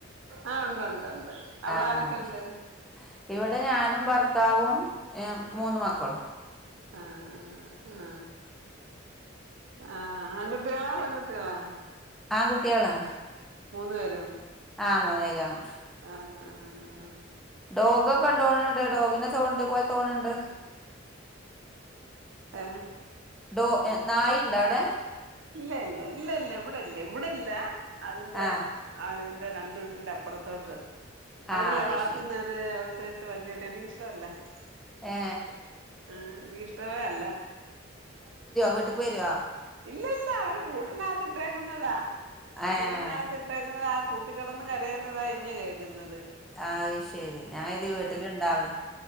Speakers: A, on the right (about 70°); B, in the centre.
A: ആ ഉണ്ട് ഉണ്ട് ഉണ്ട് അവിടെ
B: ആ
A: ആരൊക്കെ
B: അത്
A: ഉണ്ട്.
B: ശരി. ഇവിടെ ഞാനും ഭർത്താവും <inaudible> മൂന്ന് മക്കളും.
A: ആ ആ ആ ആഹ് ആൺകുട്ടികളാ പെൺകുട്ടികളാ
B: ആൺ കുട്ടികളാ
A: മൂന്ന് പേരോ
B: ആ മൂന്ന് കിലോമീറ്റർ.
A: ആ ആ ആ
B: ഡോഗൊക്കെണ്ട് തോന്ന്ണ്ട് ഡോഗിന്റെ സൗണ്ട് പോലെ തോന്ന്ണ്ട്.
A: ഏ
B: ഡോ നായി ഇണ്ട അവുടെ
A: ഇല്ല ഇല്ല ഇല്ല ഇല്ല ഇവിടെ ഇല്ല ഇവിടെല്ല അതിന്റെ
B: ആ
A: ആ ഇതിന്റെ രണ്ട് വീട്ടിന്റെ അപ്പുറത്തോട്ട് അവരല്ലേ
B: ആ അത്
A: വളർത്തുന്നെ
B: ശരി
A: ഒരു സൈസ് വല്യോട്ട്. <unintelligible>
B: ഏ
A: ഹ് <unintelligible> അല്ല.
B: വീട്ടക്ക് വരോ
A: ഇല്ല ഇല്ല അവര് കൂട്ടനകത്ത് ഇട്ടേക്കുന്നതാ
B: ഏ
A: കൂട്ടിനകത്ത് <unintelligible> ആ കൂട്ടികിടന്ന് കരയുന്നതാ ഇഞ്ഞ് കേൾക്കുന്നത്.
B: അഹ് ശരി ഞാൻ <unintelligible> വീട്ടിലുണ്ടാവേ